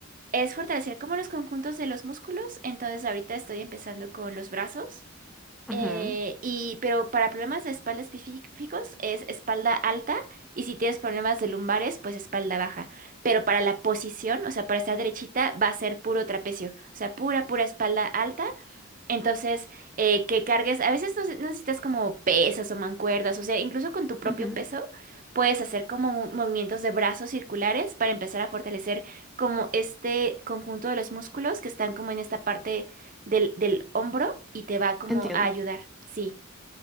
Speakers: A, on the right; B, in the centre.
A: es fortalecer como los conjuntos de los músculos. Entonces ahorita estoy empezando con los brazos.
B: Ujú,
A: eh, y, pero para problemas de espalda específicos es espalda alta y si tienes problemas de lumbares, pues espalda baja. Pero para la posición, o sea, para estar derechita, va a ser puro trapecio. O sea, pura, pura espalda alta entonces, eh, que cargues, a veces no, se- no necesitas como pesas o mancuerdas, o sea, incluso con tu propio
B: ujú,
A: peso puedes hacer como mo- movimientos de brazos circulares para empezar a fortalecer como este conjunto de los músculos que están como en esta parte del, del hombro y te va como
B: Entiendo.
A: a ayudar. Sí,